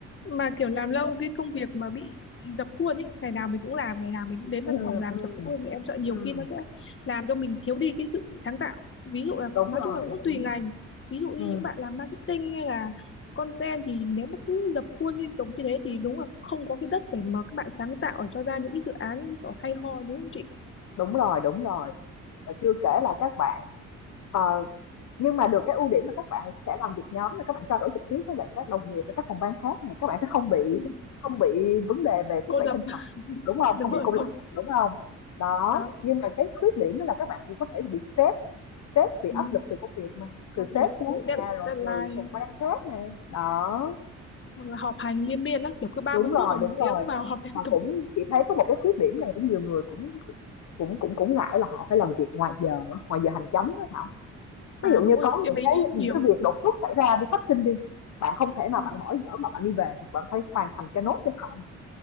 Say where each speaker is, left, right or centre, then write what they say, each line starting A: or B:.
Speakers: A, on the left; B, on the left.
A: Mà kiểu làm lâu cái công việc mà bị dập khuôn ấy, ngày nào mình cũng làm, ngày nào mình cũng đến
B: ừ,
A: văn phòng làm
B: ừ,
A: dập khuôn thì em sợ nhiều
B: ừ.
A: khi nó sẽ làm cho mình thiếu đi cái sự sáng tạo. Ví dụ là
B: đúng
A: nói
B: rồi
A: chung là cũng
B: đúng
A: tùy ngành.
B: rồi
A: Ví dụ như
B: ừ.
A: những bạn làm marketing hay là content thì nếu mà cứ dập khuôn liên tục như thế thì đúng là không có cái đất để mà các bạn sáng tạo ở cho ra những cái dự án có hay ho đúng không chị?
B: đúng rồi đúng rồi và chưa kể là các bạn ờ, nhưng mà được cái ưu điểm là các bạn sẽ làm việc nhóm các bạn trao đổi trực tiếp với lại các đồng nghiệp và các phòng ban khác này các bạn sẽ không bị
A: Ừ.
B: không bị vấn đề về sức
A: cô
B: khỏe
A: dập
B: tinh thần đúng không
A: đúng
B: không bị
A: rồi
B: cô
A: không
B: lập đúng không đó
A: đó
B: nhưng mà cái khuyết điểm đó là các bạn cũng có thể bị stress stress bị
A: ừ,
B: áp lực từ công việc mà
A: có
B: từ sếp
A: được
B: xuống
A: dead,
B: nè rồi
A: deadline
B: từ phòng ban khác này đó
A: hoặc là họp hành liên miên á kiểu cứ ba
B: đúng
A: mươi
B: rồi
A: phút hoặc
B: đúng
A: một tiếng
B: rồi
A: vào họp
B: mà
A: liên
B: cũng
A: tục
B: chị thấy có một cái khuyết điểm này cũng nhiều người cũng cũng cũng cũng ngại là họ phải làm việc ngoài giờ ngoài giờ hành chánh đó Thảo
A: à
B: ví dụ như
A: đúng rồi
B: có
A: em
B: những
A: ấy
B: cái
A: nghĩ
B: những
A: nhiều
B: cái việc đột xuất xảy ra đi, phát sinh đi, bạn không thể nào
A: ừ.
B: bạn bỏ dở mà bạn đi về được, bạn phải hoàn thành cho
A: đúng,
B: nốt cho xong,